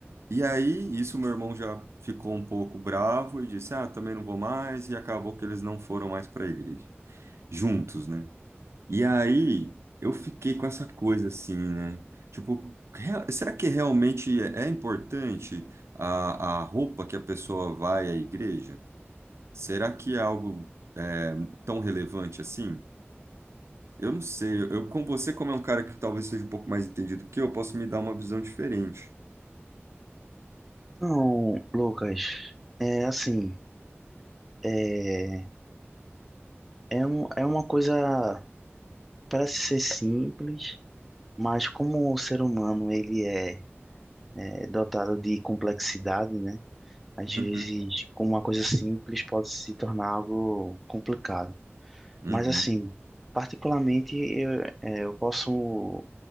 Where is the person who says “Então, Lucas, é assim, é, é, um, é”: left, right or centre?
Centre